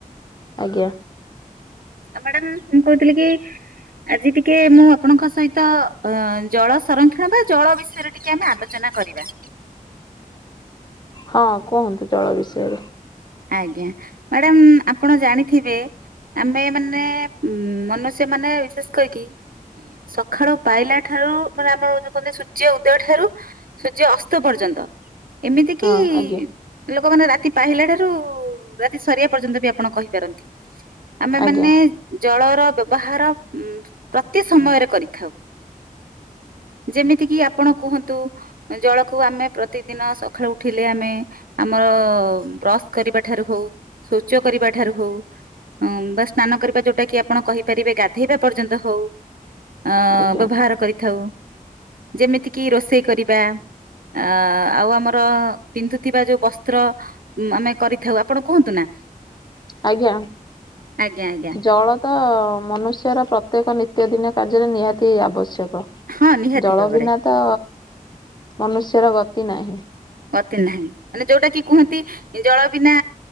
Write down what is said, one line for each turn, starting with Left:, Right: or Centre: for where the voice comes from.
Left: ଆଜ୍ଞା।
Right: ଆଉ ମ୍ୟାଡାାମ ମୁଁ କହୁଥିଲି କି ଆଜି ଟିକେ ମୁଁ ଆପଣଙ୍କ ସହିତ ଅ ଜଳ ସଂରକ୍ଷଣ ବା ଜଳ ବିଷୟରେ ଟିକେ ଆମେ ଆଲୋଚନା କରିବା।
Left: ହଁ କୁହନ୍ତୁ ଜଳ ବିଷୟରେ।
Right: ଆଜ୍ଞା ମ୍ୟାଡ଼ାମ ଆପଣ ଜାଣିଥିବେ ଆମେ ମାନେ ଉ ମନୁଷ୍ୟ ମାନେ ବିଶେଷ କରିକି ସକାଳ ପାଇଲା ଠାରୁ ମାନେ ଆମର ଯୋଉ କହନ୍ତି ସୂର୍ଯ୍ୟ ଉଦୟ ଠାରୁ ସୂର୍ଯ୍ୟ ଅସ୍ତ ପର୍ଯ୍ୟନ୍ତ ଏମିତି କିି
Left: ହଁ ଆଜ୍ଞା
Right: ଲୋକମାନେ ରାତି ପାହିଲା ଠାରୁ ଯୋଉ ରାତି ସରିବା ପର୍ଯ୍ୟନ୍ତ ବି ଆପଣ କହିପାରନ୍ତି ଆମେମାନେ
Left: ଆଜ୍ଞା।
Right: ଜଳର ବ୍ୟବହାର ଉ ପ୍ରତି ସମୟରେ କରିଥାଉ। ଯେମିତି କିି ଆପଣ କୁହନ୍ତୁ ଜଳକୁ ଆମେ ପ୍ରତିଦିନ ସକାଳୁ ଉଠିଲେ ଆମେ ଆମର ବ୍ରସ୍ କରିବା ଠାରୁ ହଉ ଶୌଚ କରିବା ଠାରୁ ହଉ ହଁ ବା ସ୍ନାନ କରିବା ଯୋଉଟା କି ଆପଣ କହିପାରିବେ ଗାଧେଇବା ପର୍ଯ୍ୟନ୍ତ ହଉ। ଅ
Left: ଆଜ୍ଞା
Right: ବ୍ୟବହାର କରିଥାଉ ଯେମିତି କିି ରୋଷେଇ କରିବା। ଆ ଆଉ ଆମର ପିନ୍ଧୁଥିବା ଯୋଉ ବସ୍ତ୍ର ଆମେ କରିଥାଉ ଆପଣ କୁହନ୍ତୁ ନା
Left: ଆଜ୍ଞା
Right: ଆଜ୍ଞା ଆଜ୍ଞା।
Left: ଜଳ ତ ମନୁଷ୍ୟର ପ୍ରତ୍ୟେକ ନିତ୍ୟ ଦିନ କାର୍ଯ୍ୟରେ ନିହାତି ଆବଶ୍ୟକ।
Right: ହଁ ନିହାତି
Left: ଜଳ
Right: ଭାବରେ
Left: ବିନା ତ ମନୁଷ୍ୟର ଗତି ନାହିଁ।
Right: ଗତି ନାହିଁ ମାନେ ଯୋଉଟା କି କୁହନ୍ତି ଜଳ ବିନା